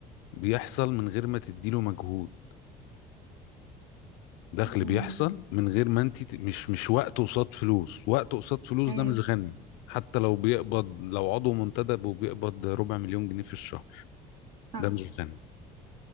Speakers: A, on the left (about 70°); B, on the right (about 65°).
A: بيحصل من غير ما تديله مجهود دخل
B: امم
A: بيحصل من غير ما أنت ت- مش مش وقت قصاد فلوس وقت قصاد فلوس
B: ايوه
A: ده مش غني حتى لو بيقبض لو عضو منتدب وبيقبض ربع مليون جنيه في الشهر
B: صح
A: ده مش غني